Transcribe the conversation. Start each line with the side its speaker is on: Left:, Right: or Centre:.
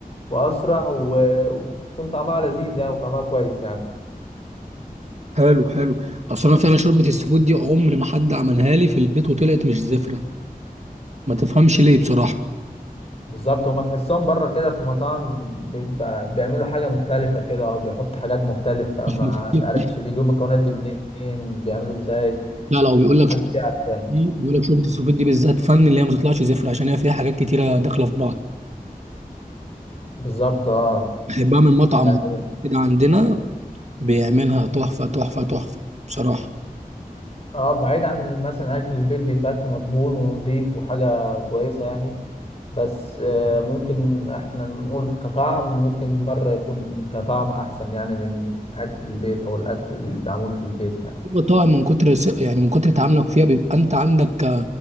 Left: واسرع و- ويكون طعمها لذيذ يعني وطعمها كويس يعني
Right: حلو حلو اصل انا فعلا شوربه السفود دي عمر ما حد عملها لي في البيت وطلعت مش زفره ما تفهمش ليه بصراحه
Left: بالظبط هما تحسهم بره كده في المطاعم بيبقى بيعملوا حاجة مختلفة كده أو بيحطوا حاجات مختلفة
Right: <laughs> مش
Left: ما
Right: مشكلة.
Left: تعرفش بيجيبوا المكونات دي منين بيعملوا ازاي
Right: لا لا هو بيقول
Left: محدش
Right: لك شوربة
Left: يعرف يعني
Right: دي بيقول لك شوربه السفود دي بالذات فن اللي هي ما تطلعش زفره عشان هي فيها حاجات كتيره داخله في بعض
Left: بالظبط اه
Right: بحبها من مطعم
Left: يعني
Right: كده عندنا بيعملها تحفه تحفه تحفه بصراحه
Left: اه بعيد عن مثلا أكل البيت بيبقى أكل مضمون ونضيف وحاجة كويسة يعني بس آه ممكن احنا نقول كطعم ممكن بره يكون كطعم أحسن يعني من أكل البيت أو الأكل اللي معمول في البيت يعني
Right: في مطاعم من كتر س- يعني من كتر تعاملك فيها بيبقى انت عندك